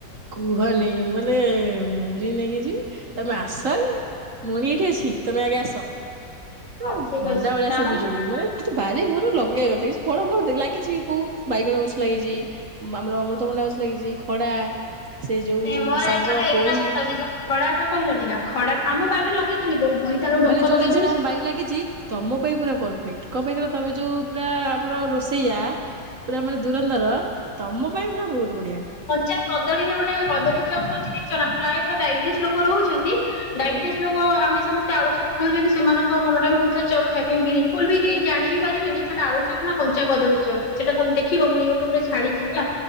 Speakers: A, on the right (about 55°); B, on the left (about 70°).
A: କୁହନି ମାନେ ମୁୁଣି ନେଇକି ଯିବି ତମେ ଆସ ଆଗେ ମୁଣି ଏଇଠି ଅଛି ତମେ ଆଗେ ଆସ ହୁଁ
B: ହଉ ଠିକ
A: ଭଣ୍ଡା
B: ଅଛି
A: ଭଳିଆ
B: ତାମାନେ
A: ସେ ପିଜୁଳିି ମାନେ କିନ୍ତୁ ବାରି ଘର ଲଗେଇବା କଥା କିଛି ଫଳ ମୂଳ ଲାଗିଛି ବି ବହୁତ ବାଇଗଣ ଗଛ ଲାଗିଛି ଆମର ଅମୃତଭଣ୍ଡା ଗଛ ଲାଗିଛି ଖଡା ସେ ଯୋଉ
B: ନାଇଁ ମୋର
A: ଶାଗ
B: ଜାଣିଚ ନା ଏଗୁଡା
A: ପୋଇ
B: ସବୁ ଅଛି ଯୋଉ ଖଡା ଟା କହିଲନି ନା ଖଡା ଟା ଆମ ବାଡି ରେ ଲଗେଇଛନ୍ତି। ବୋଇତାଳୁ ଡଙ୍କ
A: ମାନେ ଯୋଉ
B: ଲଗେଇଛନ୍ତି।
A: ଜିନିଷ ଟା ଆମ ବାଇ ରେ ଲାଗିଛି ତମ ପାଇଁ ପୁରା ପରଫେକ୍ଟ କଣ ପାଇଁ କହିଲ ତମେ ଯେଉଁ ପୁରା ଆମର ରୋଷେଇଆ ପୁରା ମାନେ ଧୁରନ୍ଧର ତମ ପାଇଁ ପୁରା ବହୁତ ବଢ଼ିଆ
B: କଞ୍ଚା କଦଳୀରେ ଗୋଟେ କଦଳୀ ଚପ୍ କରିଛି ଦେଖିଚ ନା ଫ୍ରାଏ ଡାଇବେଟିସ୍ ଲୋକ ରହୁଛନ୍ତି ଡାଇବେଟିସ୍
A: ହୁଁ
B: ଲୋକ ଆମେ ସମସ୍ତେ ଆଳୁ ଚପ ଖାଉଛନ୍ତି ସେମାନଙ୍କ ମନ ଟା ବି ହଉଥିବା ଚପ୍ ଖାଇବା ପାଇଁ ବିଲକୁଲ ବି କେହି ଜାଣି ବି ପାରିବେନି ସେଇଟା ଆଳୁ ଚପ ନା କଞ୍ଚା କଦଳୀ ଚପ୍ ସେଟା ତମେ ଦେଖିବ ମୁଁ ୟୁଟ୍ୟୁବ ରେ ଛାଡିଛି ହେଲା